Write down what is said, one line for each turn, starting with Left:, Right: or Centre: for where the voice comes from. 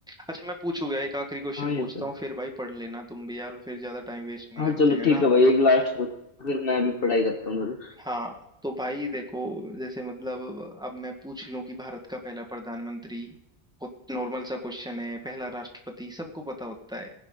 Centre: अच्छा मैं पूछूंगा एक आखिरी क्वेश्चन
Left: हाँ ये
Centre: पूछता
Left: तो है।
Centre: हूँ फिर भाई पढ़ लेना तुम भी यार फिर ज्यादा टाइम वेस्ट नहीं
Left: हाँ
Centre: करते
Left: चलो
Centre: हैं
Left: ठीक
Centre: ना
Left: है भाई एक लास्ट पूछ फिर मैं भी पढ़ाई करता हूँ थोड़ी
Centre: हाँ तो भाई देखो जैसे मतलब अब मैं पूछ लूं कि भारत का पहला प्रधानमंत्री बहुत नॉर्मल सा क्वेश्चन है पहला राष्ट्रपति सबको पता होता है